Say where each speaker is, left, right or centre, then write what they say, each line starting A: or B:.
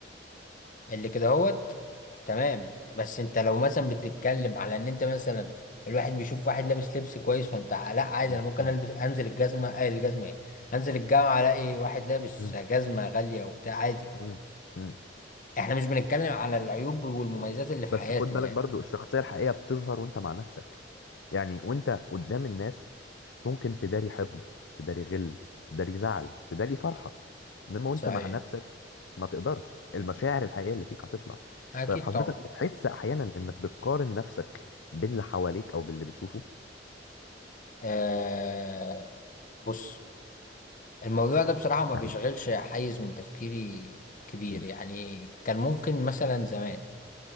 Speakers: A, on the left (about 45°); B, on the left (about 85°).
A: اللي كده هوت تمام بس انت لو مثلا بتتكلم على ان انت مثلا الواحد بيشوف واحد لابس لبس كويس فانت لا عادي
B: مم.
A: انا ممكن البس انزل الجزمه آه الجزمه ايه انزل الجامعه الاقي واحد لابس
B: مم.
A: جزمه غاليه وبتاع عادي
B: مم. مم.
A: احنا مش بنتكلم على العيوب والمميزات اللي في
B: بس
A: حياته
B: خد بالك
A: يعني
B: برضو الشخصية الحقيقية بتظهر وانت مع نفسك يعني وانت قدام الناس ممكن تداري حقد تداري غل تداري زعل تداري فرحة انما وانت
A: صحيح
B: مع نفسك ما تقدرش المشاعر الحقيقية اللي فيك هتطلع
A: اكيد
B: طيب حضرتك
A: طبعا
B: بتحس احيانا انك بتقارن نفسك باللي حواليك او باللي بتشوفه
A: آه بص الموضوع ده بصراحه ما
B: <coughs>
A: بيشغلش
B: <laughs>
A: حيز من تفكيري كبير
B: مم.
A: يعني كان ممكن مثلا زمان